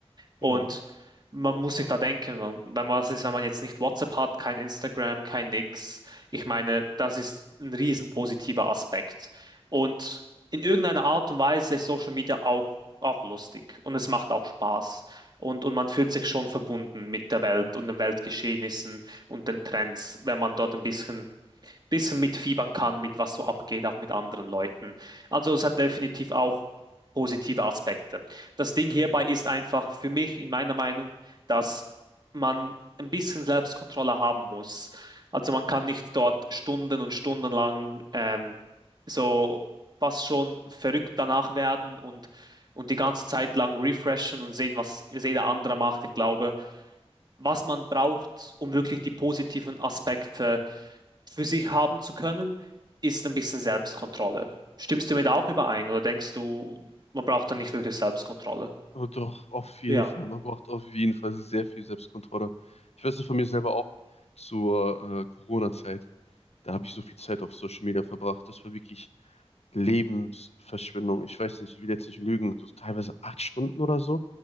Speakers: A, on the right (about 40°); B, on the left (about 80°).
A: Und
B: Ja.
A: man muss sich da denken, man, wenn man, was ist, wenn man jetzt nicht WhatsApp hat, kein Instagram, kein nix. Ich meine, das ist ein riesen positiver Aspekt. Und in irgendeiner Art und Weise ist Social Media auch, auch lustig und es macht auch Spaß. Und, und man fühlt sich schon verbunden mit der Welt und den Weltgeschehnissen und den Trends, wenn man dort ein bisschen bisschen mitfiebern kann, mit was so abgeht, auch mit anderen Leuten. Also es hat definitiv auch positive Aspekte. Das Ding hierbei ist einfach für mich in meiner Meinung, dass man ein bisschen Selbstkontrolle haben muss. Also man kann nicht dort Stunden und Stunden lang ähm, so fast schon verrückt danach werden und, und die ganze Zeit lang refreshen und sehen, was jeder andere macht. Ich glaube, was man braucht, um wirklich die positiven Aspekte für sich haben zu können, ist ein bisschen Selbstkontrolle. Stimmst du mit auch überein oder denkst du, man braucht da nicht wirklich Selbstkontrolle?
B: Aber doch, auf jeden
A: Ja,
B: Fall. Man braucht auf jeden Fall sehr viel Selbstkontrolle. Ich weiß es von mir selber auch zur äh, Corona-Zeit. Da habe ich so viel Zeit auf Social Media verbracht. Das war wirklich Lebensverschwendung. Ich weiß nicht, ich will jetzt nicht lügen. So teilweise acht Stunden oder so.